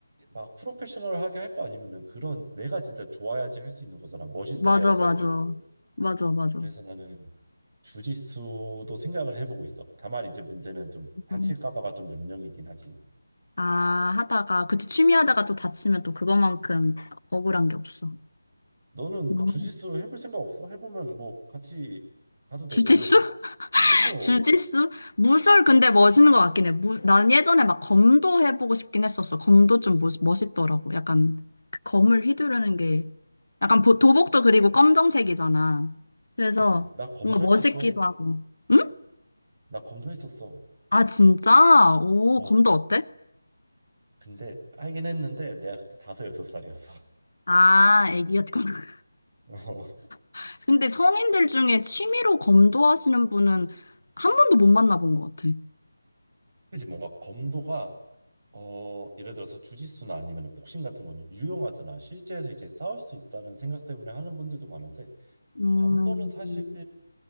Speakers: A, on the right (about 40°); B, on the left (about 65°).
A: 막 프로페셔널하게 할 거 아니면은 그런 내가 진짜 좋아야지 할 수 있는 거잖아 멋있어
B: 맞아,
A: 해야지
B: 맞아.
A: 할 수 있고
B: 맞아, 맞아.
A: 그래서 나는 주짓수도 생각을 해보고 있어 다만 이제 문제는 좀 다칠까
B: 음.
A: 봐가 좀 염려이긴 하지
B: 아, 하다가, 그치, 취미 하다가 또 다치면 또 그것만큼 억울한 게 없어.
A: 너는
B: 음.
A: 주짓수 해볼 생각 없어? 해보면 뭐 같이 가도 되고
B: 주짓수?
A: 어
B: 주짓수? 무술 근데 멋있는 것 같긴 해. 무, 난 예전에 막 검도 해보고 싶긴 했었어. 검도 좀 멋, 멋있더라고. 약간 그 검을 휘두르는 게 약간 보- 도복도 그리고 검정색이잖아. 그래서
A: 그지 나 검도
B: 뭔가 멋있기도
A: 했었어
B: 하고. 응?
A: 나 검도 했었어
B: 아, 진짜? 오,
A: 어.
B: 검도 어때?
A: 근데 알긴 했는데 내가 그때 다섯 여섯 살이었어.
B: 아, 애기 같구나.
A: <laughs> 어.
B: <laughs> 근데 성인들 중에 취미로 검도 하시는 분은 한 번도 못 만나본 것 같아.
A: 그치 뭔가 검도가 어 예를 들어서 주짓수나 아니면 복싱 같은 건 유용하잖아. 실제에서 이제 싸울 수 있다는 생각 때문에 하는 분들도 많은데
B: 음,
A: 검도는 사실
B: 음.